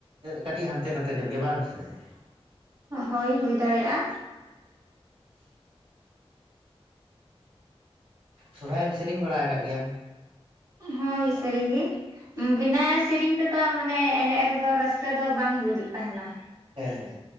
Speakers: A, on the right; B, on the right.
A: ᱠᱟᱹᱴᱤᱡ ᱦᱟᱱᱛᱮ ᱱᱟᱛᱮ ᱧᱚᱜ ᱜᱮᱭᱟ ᱵᱟᱝ ᱥᱮ ᱾
B: ᱦᱳᱭ ᱦᱩᱭ ᱫᱟᱲᱮᱭᱟᱜ-ᱟ᱾
A: ᱥᱚᱨᱦᱟᱭᱮᱢ ᱥᱮᱨᱮᱧ ᱵᱟᱲᱟ ᱟᱠᱟᱫ ᱜᱮᱭᱟᱢ?
B: ᱦᱳᱭ ᱥᱮᱨᱮᱧ ᱜᱮ, ᱵᱤᱱᱟᱹ ᱥᱮᱨᱮᱧ ᱛᱮᱫᱚ ᱢᱟᱱᱮ ᱮᱱᱮᱡ ᱨᱮᱫᱚ ᱨᱟᱹᱥᱠᱟᱹ ᱫᱚ ᱵᱟᱝ ᱵᱩᱡᱩᱜ ᱛᱟᱦᱮᱸᱱᱟ᱾
A: ᱦᱮᱸ ᱦᱮᱸ